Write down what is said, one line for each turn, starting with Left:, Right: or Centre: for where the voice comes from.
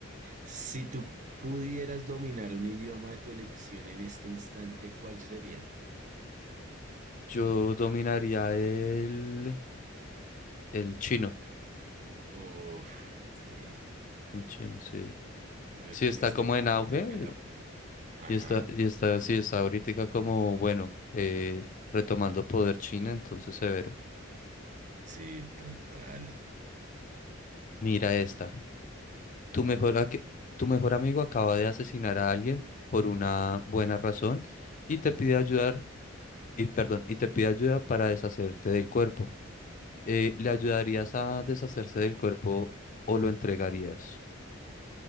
Right: Si tú pudieras dominar un idioma de tu elección en este instante, ¿cuál sería?
Left: Yo dominaría el, el chino.
Right: Uf, sí.
Left: El chino, sí.
Right: Yo creo
Left: Sí,
Right: que
Left: está
Right: en este
Left: como
Right: momento
Left: en auge
Right: vale la pena. Ajá,
Left: y está, y está, sí, está ahorita como, bueno, eh, retomando poder China, entonces severo.
Right: sí, total.
Left: Mira esta. Tu mejor, a- tu mejor amigo acaba de asesinar a alguien por una buena razón y te pide ayudar, y perdón, y te pide ayuda para deshacerte del cuerpo. Eh, ¿le ayudarías a deshacerse del cuerpo o lo entregarías?